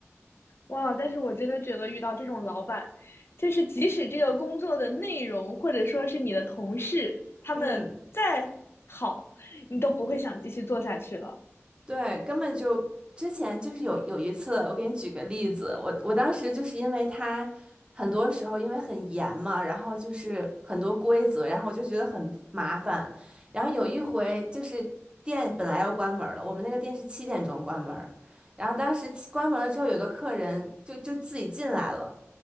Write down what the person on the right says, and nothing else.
嗯。
对，根本就之前就是有有一次，我给你举个例子，我我当时就是因为他很多时候因为很严嘛，然后就是很多规则，然后我就觉得很麻烦。然后有一回就是店本来要关门了，我们那个店是七点钟关门儿然后当时七关门了之后，有个客人就就自己进来了，